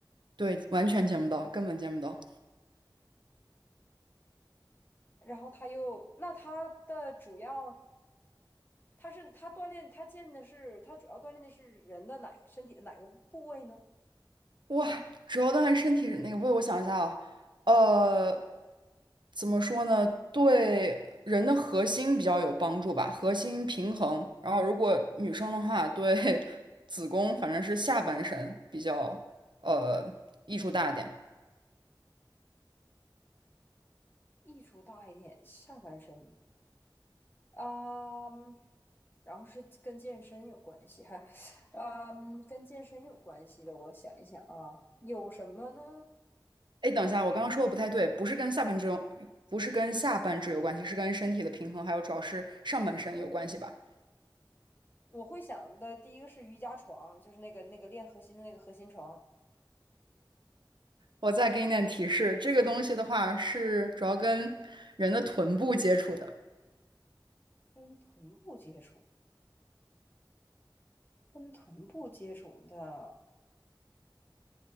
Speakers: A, on the right (about 70°); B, on the left (about 25°).
A: 对，完全见不到，根本见不到。
B: 然后它又那它的主要他是他锻炼，他健的是他主要锻炼的是人的哪个身体的哪个部位呢？
A: 哇，主要锻炼身体那个，为我想一下啊，呃，怎么说呢？对人的核心比较有帮助吧，核心平衡。然后，如果女生的话，对 <laughs> 子宫，反正是下半身比较呃益处大一点。
B: 益处大一点，下半身啊、嗯然后是跟健身有关系，哈，啊、嗯，跟健身有关系的，我想一想啊，有什么呢？
A: 哎，等一下，我刚刚说的不太对，不是跟下半肢有，不是跟下半肢有关系，是跟身体的平衡，还有主要是上半身有关系吧？
B: 我会想的第一个是瑜伽床，就是那个那个练核心的那个核心床，
A: 我再给你点提示，这个东西的话是主要跟人的臀部接触的。
B: 跟臀部接触，跟臀部接触的，